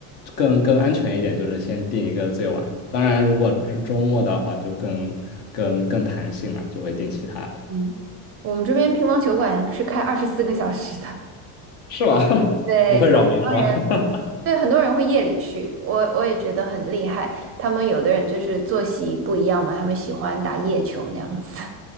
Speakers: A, on the left; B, on the right.
A: 更更安全一点，就是先定一个最晚。当然，如果是周末的话，就更更更弹性了，就会定其他的，
B: 嗯，我们这边乒乓球馆是开二十四个小时的。
A: 是吧？<laughs>
B: 对，
A: 不会扰民是吧？
B: 就很多人。
A: <laughs>
B: 对，很多人会夜里去，我我也觉得很厉害。他们有的人就是作息不一样嘛，他们喜欢打夜球那样子。